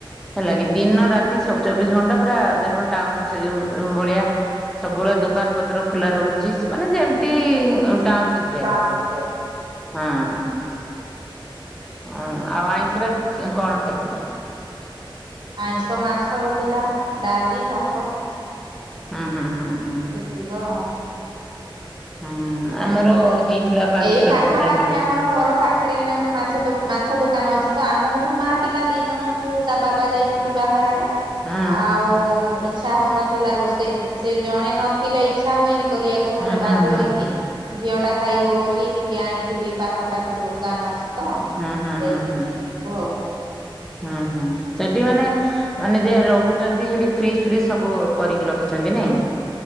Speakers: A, in the centre; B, on the right.
A: ହେଲା
B: ହୁଁ
A: କି
B: ହୁଁ।
A: ଦିନ ରାତି ସ ଚବିଶ ଘଣ୍ଟା ପୁରା ଯେରୁନ୍ ଟାଉନ ସେଇ ଯେଉଁ ଉଁ ଭଳିଆ। ସବୁବେଳେ ଦୋକାନ ପତ୍ର ଖୋଲା ରହୁଚି ସେ ମାନେ ଯେମତି ଟାଉନ ସିଟିରେ।
B: <unintelligible> କୁହ।
A: ହଁ। ହଁ ଆଉ ଆଇଁଷରେ ଆଜି ଅଁ କଣ ଖାଇଥିଲ?
B: ଆଇଁଷ ମାଛ ହେଇଥିଲା ଡାଲି ଭାତ।
A: ହଁ ହଁ ହଁ ହଁ।
B: ସେତିକ ଆଉ।
A: ହଁ ଆମର ହେଇଥିଲା ପାଞ୍ଚ
B: ଏଇ
A: ଛଅ
B: ପାଖାପାଖି
A: ରକମ ଆଇଟମ
B: ଆମର ଘର ପାଖେରେ କିନା ଗୋଟେ ମାଛ ଦୋ ମାଛ ଦୋକାନ ଅଛି ତ ଆମକୁ ବି ମାଆ ପିଲା ଦି ଜଣ ଅ ଛୁ ତା ବାବା ଯାଇଛନ୍ତି ବାହାର ଆଡେ।
A: ହଁ
B: ଆଉ ଇଚ୍ଛା ହଉ ନଥିଲା ରୋଷେଇ ସେ ଜଣେ ନଥିଲେ ଇଚ୍ଛା ହୁଏନି। କରିଆକୁ
A: ହଁ
B: ହେଲେ ବାଧ୍ୟ
A: ହଁ।
B: ହେଇକି ଝିଅ ଟା ଖାଇବ ବୋ ଲି ଟିକେ ଆଣିଥିଲି ପାଖାପାଖି ଦୋକାନ ଅଛି ତ
A: ହୁଁ ହୁଁ
B: ଯାଇଥିଲି
A: ହୁଁ ହୁଁ ହୁଁ ହୁଁ ହୁଁ
B: ଆଣିଆକୁ ଆଉ।
A: ହୁଁ ହୁଁ ସେଟି ମାନେ ମାନେ ଯିଏ ରହୁଚନ୍ତି ସେଠି ଫ୍ରିଜ ଫ୍ରିଜ ସବୁ କରିକି ରଖିଚନ୍ତି ନାଇଁ?